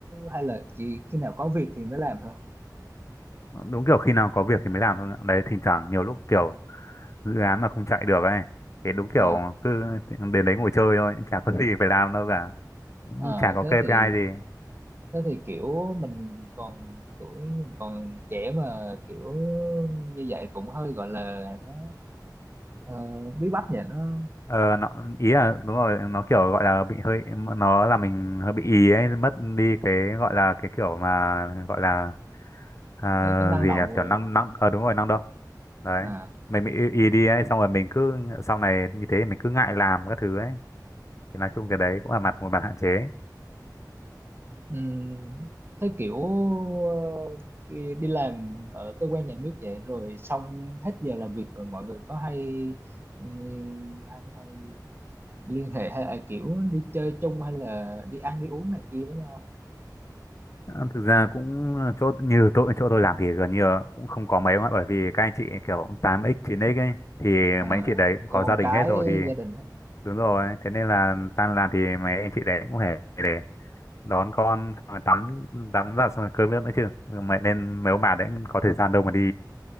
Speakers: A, on the right (about 30°); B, on the left (about 45°).
A: hay là chỉ khi nào có việc thì mới làm thôi
B: Đúng kiểu khi nào có việc thì mới làm thôi. Đấy, thỉnh thoảng nhiều lúc kiểu dự án mà không chạy được ấy. Thì đúng kiểu
A: Ờ,
B: cứ đến đấy ngồi chơi thôi, chả có <laughs> gì phải làm đâu cả. Cũng
A: ờ,
B: chả có
A: thế
B: KPI
A: thì
B: gì.
A: thế thì kiểu mình còn tuổi mình còn trẻ mà kiểu như vậy cũng hơi gọi là nó ờ, bí bách nhỉ nó
B: ờ nó ý là đúng rồi nó kiểu gọi là bị hơi nó là mình hơi bị ý ấy mất đi cái gọi là cái kiểu mà gọi là à,
A: cái, cái năng
B: gì
A: động
B: nhỉ
A: ờ,
B: kiểu năng năng ờ đúng rồi năng động đấy
A: à
B: mình bị ý, ý đi ấy xong rồi mình cứ sau này như thế mình cứ ngại làm các thứ ấy thì nói chung cái đấy cũng là mặt một mặt hạn chế
A: um, thế kiểu ờ, đi đi làm ở cơ quan nhà nước vậy rồi xong hết giờ làm việc rồi mọi người có hay ừ, hay, hay liên hệ hay là kiểu đi chơi chung hay là đi ăn đi uống này kia với nhau không?
B: Ờ, thực ra cũng chỗ như tôi chỗ tôi làm thì gần như là cũng không có mấy mà bởi vì các anh chị kiểu tám x chín x ấy thì
A: à
B: mấy anh chị đấy cũng
A: còn
B: có gia đình
A: cái
B: hết rồi thì
A: gia đình hết à,
B: đúng rồi thế nên là tan làm thì mấy anh chị đấy cũng phải để đón con xong rồi tắm tắm giặt xong rồi cơm nước nữa chứ mẹ nên mấy ông bà đấy có thời gian đâu mà đi